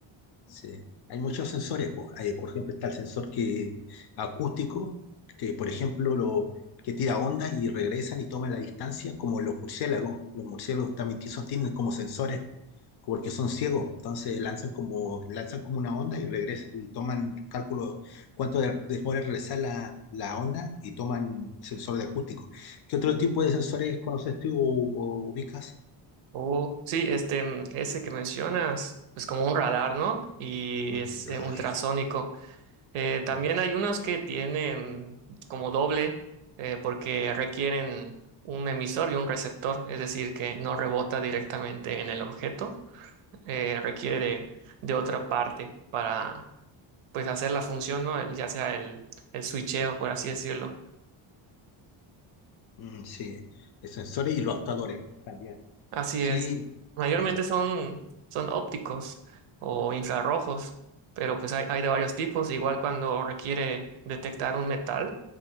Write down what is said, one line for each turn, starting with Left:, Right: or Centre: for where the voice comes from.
Left: Sí. Hay muchos sensores, po. Hay, por ejemplo, está el sensor que, acústico, que por ejemplo lo, que tira ondas y regresan y toman la distancia, como los murciélagos. Los murciélagos también ti- son- tienen como sensores, porque son ciegos. Entonces lanzan como, lanzan como una onda y regresan y toman cálculo cuánto de- demora en regresar la, la onda y toman sensor de acústico. ¿Qué otro tipo de sensores conoces tú o, o ubicas?
Right: O sí, este, mm, ese que mencionas, pues como un radar, ¿no? Y
Left: Mm,
Right: es
Left: con radar,
Right: eh, ultrasónico. Eh, también
Left: con sensor.
Right: hay unos que tienen como doble eh, porque requieren un emisor y un receptor, es decir, que no rebota directamente en el objeto, eh, requiere de, de otra parte para pues hacer la función, ¿no? El- ya sea el, el switcheo, por así decirlo.
Left: Mm, sí, de sensores y los actuadores. también.
Right: Así
Left: Sí,
Right: es. Mayormente
Left: los,
Right: son, son ópticos o infrarrojos, pero pues hay, hay de varios tipos. Igual cuando requiere detectar un metal,